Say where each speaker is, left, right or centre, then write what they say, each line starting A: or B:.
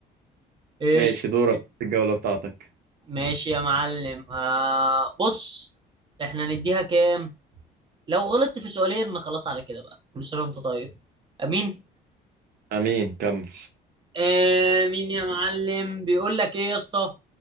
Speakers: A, on the right; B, on the right.
A: ايش
B: ماشي دورك في الجولة بتاعتك
A: ماشي يا معلم آه بص احنا نديها كام لو غلطت في سؤالين خلاص على كده بقى كل سنه وانت طيب امين
B: أمين كمل
A: امين يا معلم بيقول لك ايه يا اسطى